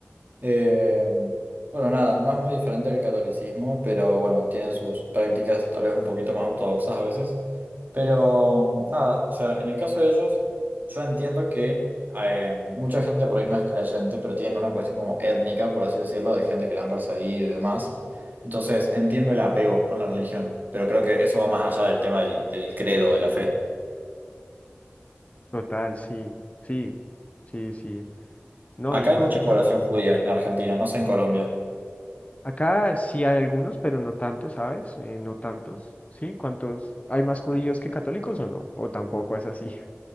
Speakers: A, on the right; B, on the left.
A: Eh, bueno, nada, no es muy diferente del catolicismo, pero bueno, tienen sus prácticas tal vez un poquito más ortodoxas a veces. Pero nada, o sea, en el caso de ellos, yo entiendo que eh, mucha gente por ahí no es creyente, pero tienen una cuestión como étnica, por así decirlo, de gente que la han perseguido y demás. Entonces, entiendo el apego con la religión, pero creo que eso va más allá del tema del, del credo, de la fe.
B: Total, sí, sí, sí, sí. No,
A: Acá
B: y más
A: hay mucha
B: que
A: población
B: todo.
A: judía en Argentina, no sé en Colombia.
B: Acá sí hay algunos, pero no tantos, ¿sabes? Eh, no tantos. ¿Sí? ¿Cuántos? ¿Hay más judíos que católicos o no? O tampoco es así. <laughs>